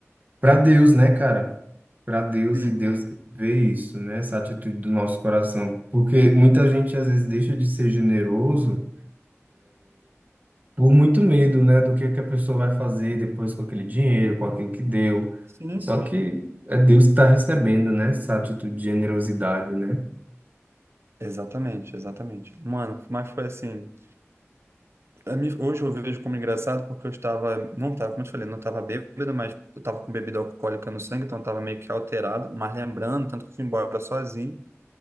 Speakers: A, on the right; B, on the right.
A: pra Deus, né, cara? para Deus
B: Sim,
A: e Deus vê isso, né? Essa atitude do nosso coração, porque muita gente às vezes deixa de ser generoso por muito medo, né, do que é que a pessoa vai fazer depois com aquele dinheiro, com aquilo que deu.
B: sim.
A: Só que é Deus que está recebendo, né, essa atitude de generosidade, né?
B: Exatamente, exatamente. Mano, mas foi assim. a mim- Hoje eu vejo como engraçado porque eu estava, não estava, como eu te falei, não estava bêbado, mas eu estava com bebida alcoólica no sangue, então eu estava meio que alterado. Mas lembrando, tanto que eu fui embora sozinho.